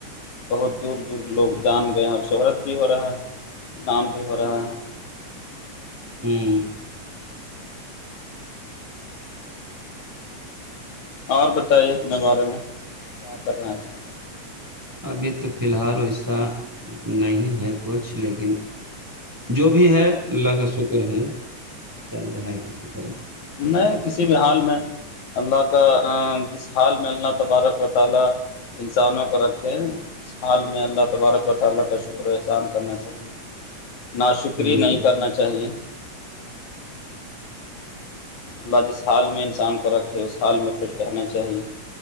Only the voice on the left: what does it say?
بہت دور دور لوگ جان گئے ہیں اور شہرت بھی ہو رہا ہے نام بھی ہو رہا ہے
اور بتائیے اپنے بارے میں کیا کر رہے ہیں آج کل
نہیں کسی بھی حال میں اللہ کا جس حال میں اللہ تبارک و تعالی انسانوں کو رکھے حال میں اللہ تبارک و تعالی کا شکر احسان کرنا چاہیے نہا شکری
نہیں کرنا چاہ چاہیے اللہ جس حال میں انسان کو رکھے اس حال میں خوش رہنا چاہیے